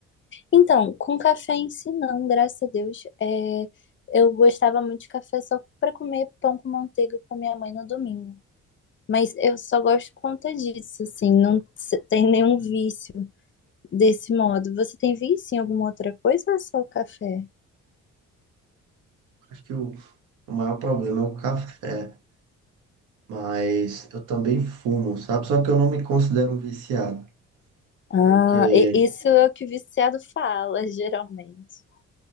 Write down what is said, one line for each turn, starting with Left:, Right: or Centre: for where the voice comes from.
Left: Então, com café em si não, graças a Deus. É, eu gostava muito de café só para comer pão com manteiga com a minha mãe no domingo. Mas eu só gosto por conta disso, assim, não se- tem nenhum vício. desse modo. Você tem vício em alguma outra coisa ou é só o café?
Right: Acho que o, o maior problema é o café, mas eu também fumo, sabe? Só que eu não me considero um viciado,
Left: Ah,
Right: porque
Left: e- isso é o que o viciado fala, <laughs> geralmente.